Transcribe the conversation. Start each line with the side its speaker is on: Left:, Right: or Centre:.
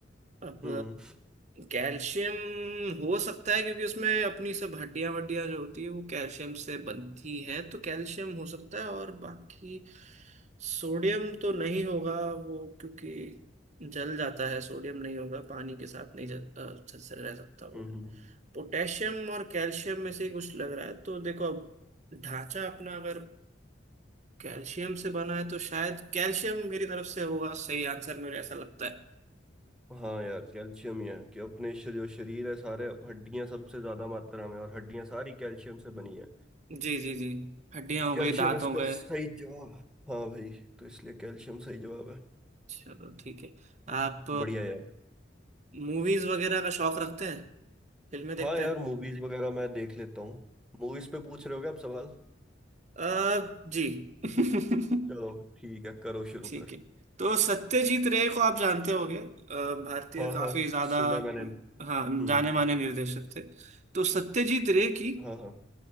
Right: अब
Centre: हम्म
Right: कैल्शियम हो सकता है क्योंकि उसमें अपनी सब हड्डियां वड्डियां जो होती है वो कैल्शियम से बनती हैं तो कैल्शियम हो सकता है और बाकी सोडियम तो नहीं होगा वो क्योंकि जल जाता है सोडियम नहीं होगा पानी के साथ नहीं जल अ, अच्छे से रह सकता वो
Centre: हम्म हम्म।
Right: पोटेशियम और कैल्शियम में से ही कुछ लग रहा है तो देखो अब ढांचा अपना अगर कैल्शियम से बना है तो शायद कैल्शियम मेरी तरफ से होगा सही आंसर मुझे ऐसा लगता है
Centre: हाँ यार कैल्शियम ही है कि अपने श- जो शरीर है सारे हड्डियां सबसे ज्यादा मात्रा में और हड्डियां सारी कैल्शियम से बनी है
Right: जी जी जी हड्डियां हो
Centre: कैल्शियम
Right: गई दांत
Centre: इसका
Right: हो गए
Centre: सही जवाब हाँ भाई तो इसलिए कैल्शियम सही जवाब है
Right: चलो ठीक है आप
Centre: बढ़िया यार
Right: मूवीज वगैरह का शौक रखते हैं फिल्में देखते
Centre: हाँ यार
Right: हैं
Centre: मूवीज वगैरह मैं देख लेता हूँ मूवीज पे पूछ रहे हो क्या आप सवाल
Right: अ, जी <laughs>
Centre: चलो ठीक है करो शुरू
Right: ठीक
Centre: फिर
Right: है तो सत्यजीत रे को आप जानते होंगे अ, भारतीय
Centre: हाँ
Right: काफी
Centre: हाँ
Right: ज्यादा
Centre: सुना है मैंने
Right: हाँ
Centre: हम्म
Right: जाने माने निर्देशक थे तो सत्यजीत रे की
Centre: हाँ हाँ